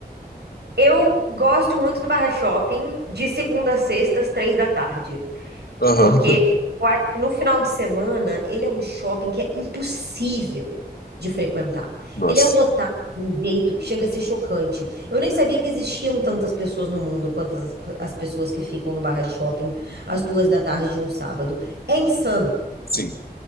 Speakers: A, on the right; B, on the left.
A: Eu gosto muito do Barra Shopping de segunda a sexta, às três da tarde.
B: Aham.
A: Porque eu acho que no final de semana ele é um shopping que é impossível de frequentar.
B: Nossa,
A: Ele é lotado de um jeito que chega a ser chocante. Eu nem sabia que existiam tantas pessoas no mundo quantas as, as pessoas que ficam no Barra Shopping às duas da tarde de um sábado. É insano.
B: sim.